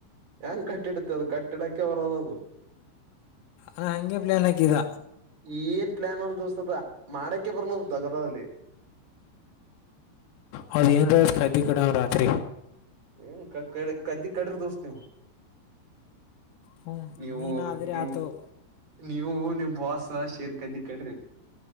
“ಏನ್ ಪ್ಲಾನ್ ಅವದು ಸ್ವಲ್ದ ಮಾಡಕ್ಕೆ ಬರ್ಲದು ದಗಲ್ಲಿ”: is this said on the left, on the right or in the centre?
Right